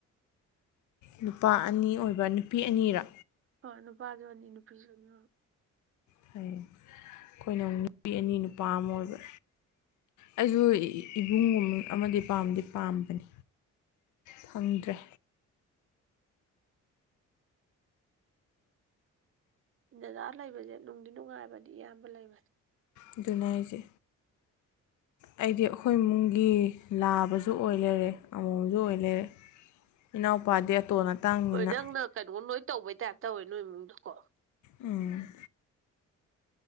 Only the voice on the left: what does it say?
ꯅꯨꯄꯥ ꯑꯅꯤ ꯑꯣꯏꯕ ꯅꯨꯄꯤ ꯑꯅꯤꯔ
<unintelligible> ꯑꯩꯈꯣꯏꯅ ꯑꯃꯨꯛ ꯅꯨꯄꯤ ꯑꯅꯤ ꯅꯨꯄꯥ ꯑꯃ ꯑꯣꯏꯕ ꯑꯩꯁꯨ ꯏꯕꯨꯡꯒꯨꯝꯕ ꯑꯃꯗꯤ ꯄꯥꯝꯗꯤ ꯄꯥꯝꯕꯅꯤ ꯐꯪꯗ꯭ꯔꯦ
ꯑꯗꯨꯅꯦ ꯍꯥꯏꯁꯦ ꯑꯩꯗꯤ ꯑꯩꯈꯣꯏ ꯏꯃꯨꯡꯒꯤ ꯂꯥꯕꯁꯨ ꯑꯣꯏ ꯂꯩꯔꯦ ꯑꯃꯣꯝꯁꯨ ꯑꯣꯏ ꯂꯩꯔꯦ ꯏꯅꯥꯎꯄꯥꯗꯤ ꯑꯇꯣꯟ ꯑꯇꯥꯡꯅꯤꯅ
ꯎꯝ